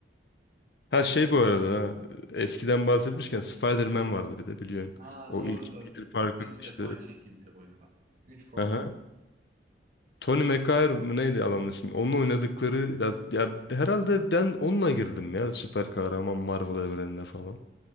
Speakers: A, on the left; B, on the right.
A: Ha
B: Ama
A: şey bu arada ha, eskiden bahsetmişken Spider-Man vardı bir de biliyorsun.
B: aa
A: O
B: doğru
A: ilk
B: doğru.
A: Peter Parker
B: Üç
A: işte.
B: defa çekildi o ya. Üç farklı.
A: Aha. Tony McGuire mı neydi adamın ismi? Onun oynadıkları ya, ya herhalde ben onunla girdim ya süper kahraman Marvel evrenine falan.